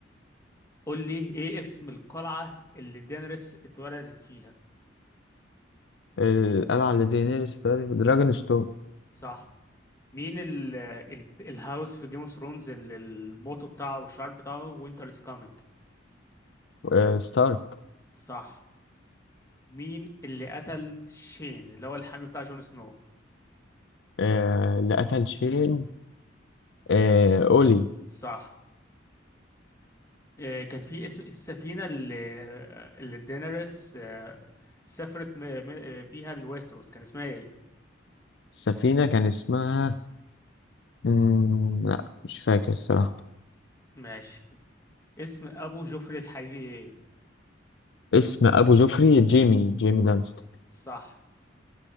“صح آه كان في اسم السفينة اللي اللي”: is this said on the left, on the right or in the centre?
Left